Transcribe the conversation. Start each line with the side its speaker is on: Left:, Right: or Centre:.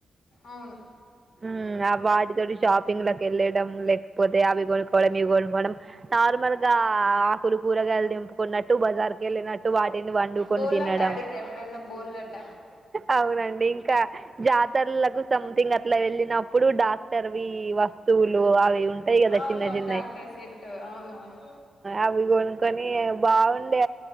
Left: అవును
Right: హ్మ్మ్ వాటితో షాపింగ్ లోకి వెళ్ళడం లేకపోతే అవి కొనుక్కవడం ఇవి కొనుక్కవడం నార్మల్ ఇ ఆకులు కూరగాయలు దింపుకున్నట్టు బజార్కి వెళ్ళినట్టు వాటిని వండుకొని
Left: బోల్లాట
Right: తినడం
Left: ఆడిర్రా ఎప్పుడన్నా బోల్లాట
Right: అవునండి ఇంకా జా ల సంథింగ్ అట్లా వెళ్ళినప్పుడు డాక్టర్వి వస్తువులు అవి ఉంటాయి కదా
Left: అవునవును
Right: చిన్న చిన్నవి
Left: డాక్టర్ సెట్ అవునవును
Right: అవి కొనుక్కొని బాగుండే